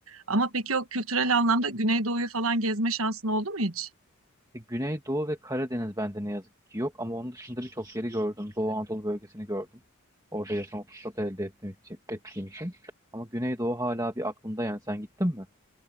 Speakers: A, on the right; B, on the right.
A: Ama peki o kültürel anlamda Güneydoğu'yu falan gezme şansın oldu mu hiç?
B: E, Güneydoğu ve Karadeniz bende ne yazık ki yok ama onun dışında birçok yeri gördüm. Doğu Anadolu bölgesini gördüm. Orada yaşama fırsatı elde ettiğim için, ettiğim için. Ama Güneydoğu hala bir aklımda yani sen gittin mi?